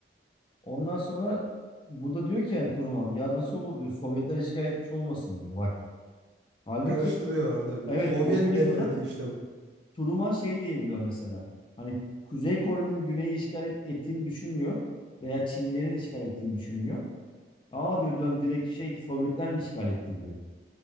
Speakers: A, on the left; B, on the right.
A: Ondan sonra bu da diyor ki yani Truman ya nasıl olur diyor Sovyetler işgal etmiş olmasın diyor. Bak halbuki
B: Karıştırıyor orada bile.
A: evet
B: Sovyet
A: o güne
B: nefreti
A: kadar
B: işte. bu.
A: Truman şey diyebiliyor mesela. Hani Kuzey Kore'nin güneyi işgal et- ettiğini düşünmüyor veya Çinlilerin işgal ettiğini düşünmüyor. Aa diyor dön direkt şey Sovyetler mi işgal etti diyor.